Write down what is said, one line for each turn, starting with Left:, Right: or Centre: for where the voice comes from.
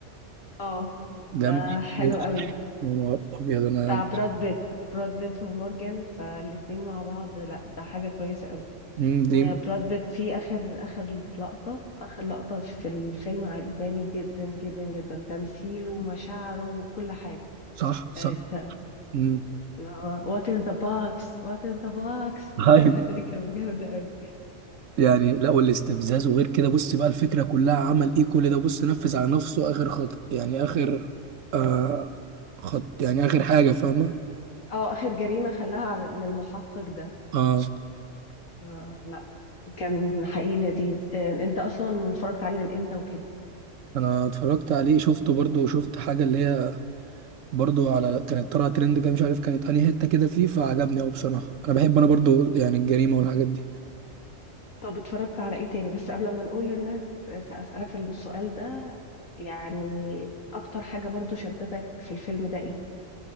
Left: اه
Right: جامد
Left: ده
Right: يا
Left: حلو قوي
Right: نهار ابيض انا
Left: بتاع براد بيت براد بيت ومورجان فالاتنين مع بعض لا ده حاجة كويسة قوي
Right: م،
Left: وبراد
Right: دي
Left: بيت في آخر آخر لقطة آخر لقطة في الفيلم عجباني جدا جدا جدا تمثيله ومشاعره وكل حاجة
Right: صح صح
Left: آه، ده
Right: م.
Left: اللي هو وات ان ذا باكس وات ان ذا باكس
Right: <laughs>
Left: لا الحتة دي كانت جامدة قوي
Right: يعني لا والاستفزاز وغير كده بص بقى الفكرة كلها عمل ايه كل ده بص نفذ على نفسه اخر خط يعني اخر آه خط يعني اخر حاجة فاهمة
Left: اه آخر جريمة خلاها على للمحقق ده
Right: اه
Left: آه، لا كان حقيقي لذيذ آه، انت اصلا اتفرجت عليه من امتى وكده
Right: انا اتفرجت عليه شفته برضه وشفت حاجة اللي هي برضه على كانت طالعة ترند كده مش عارف كانت انهي حتة كده فيه فعجبني اوي بصراحة انا بحب انا برضه يعني الجريمة والحاجات دي
Left: طب اتفرجت على ايه تاني بس قبل ما نقول للناس اسالك في السؤال ده يعني اكتر حاجه برضو شدتك في الفيلم ده ايه